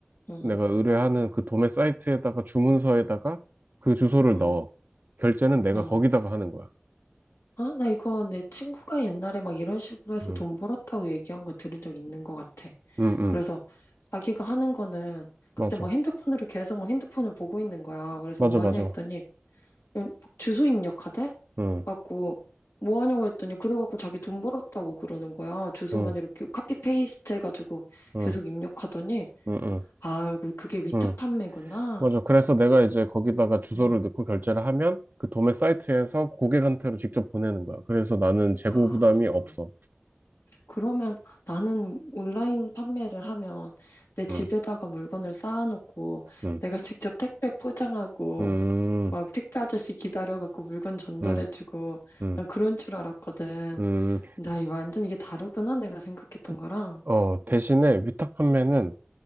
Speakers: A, on the left; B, on the right.
A: 응,
B: 내가 의뢰하는 그 도매 사이트에다가 주문서에다가 그 주소를
A: 어,
B: 넣어. 결제는 내가
A: 응.
B: 거기다가 하는 거야.
A: 아, 나 이거 내 친구가 옛날에 막 이런 식으로 해서
B: 응,
A: 돈 벌었다고 얘기한 거 들은 적 있는 것 같아.
B: 응, 응.
A: 그래서 자기가 하는 거는 그때
B: 맞아.
A: 막 핸드폰으로 계속 막 핸드폰을 보고 있는 거야. 그래서
B: 맞아,
A: 뭐
B: 맞아.
A: 하냐 했더니 그냥 막 주소 입력하대?
B: 응,
A: 갖고 뭐 하냐고 했더니 그래갖고 자기 돈 벌었다고 그러는 거야. 주소만
B: 응,
A: 이렇게 카피 페이스트 해가지고
B: 응,
A: 계속 입력하더니
B: 응, 응.
A: 아, 그- 그게 위탁
B: 응.
A: 판매구나.
B: 맞아. 그래서 내가 이제 거기다가 주소를
A: 음.
B: 넣고 결제를 하면 그 도매 사이트에서 고객한테로 직접 보내는 거야. 그래서 나는 재고
A: 아,
B: 부담이 없어.
A: 그러면 나는 온라인 판매를 하면 내 집에다가
B: 음,
A: 물건을 쌓아놓고
B: 음,
A: 내가 직접 택배 포장하고
B: 음,
A: 막 택배 아저씨 기다려갖고 물건 전달해주고
B: 음, 음,
A: 난 그런 줄 알았거든.
B: 음.
A: 나 이 완전 이게 다르구나 내가 생각했던
B: 그,
A: 거랑.
B: 어, 대신에 위탁 판매는